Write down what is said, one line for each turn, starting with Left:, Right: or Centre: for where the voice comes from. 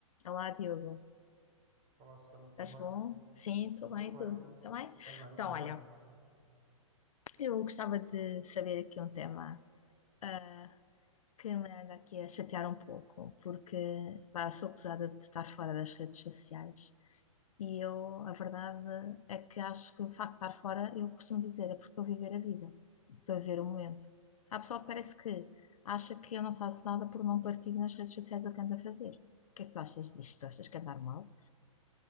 Left: Olá, Diogo.
Right: Olá, Susana, tudo
Left: Estás
Right: bem?
Left: bom? Sim, estou
Right: Tudo
Left: bem,
Right: bem,
Left: tu também?
Right: também,
Left: Então,
Right: também.
Left: olha, eu gostava de saber aqui um tema ah, que me anda aqui a chatear um pouco, porque pá, sou acusada de estar fora das redes sociais e eu, a verdade é que acho que o facto de estar fora, eu costumo dizer, é porque estou a viver a vida, estou a viver o momento. Há pessoal que parece que acha que eu não faço nada por não partilho nas redes sociais o que ando a fazer. O que é que tu achas disto? Tu achas que é normal?